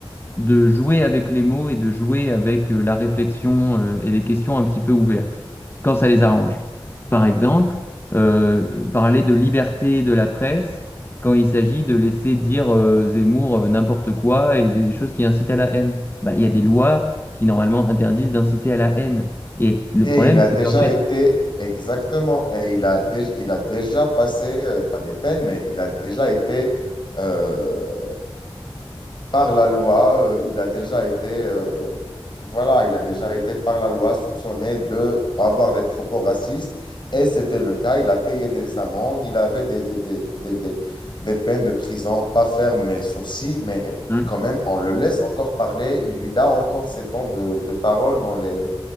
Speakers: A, on the left (about 25°); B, on the left (about 55°).
A: de jouer avec les mots et de jouer avec euh, la réflexion euh, et des questions un petit peu ouvertes, quand ça les arrange. Par exemple, euh, parler de liberté de la presse quand il s'agit de laisser dire euh, Zemmour euh, n'importe quoi et des choses qui incitent à la haine. Bah, il y a des lois qui normalement interdisent d'inciter à la haine. Et le
B: Et
A: problème,
B: il a déjà
A: c'est qu'ensuite...
B: été, Ouais. exactement, et il a, dé- il a déjà passé, euh, pas des peines, mais il a déjà été, euh, par la loi, euh, il a déjà été, euh, voilà, il a déjà été par la loi soupçonné de avoir des propos racistes, et c'était le cas, il a payé des amendes, il avait des, des, des, des, des, des peines de prison, pas fermes, mais sourcils, mais
A: Hein
B: quand même, on le laisse encore parler, il a encore ses temps de, de parole dans les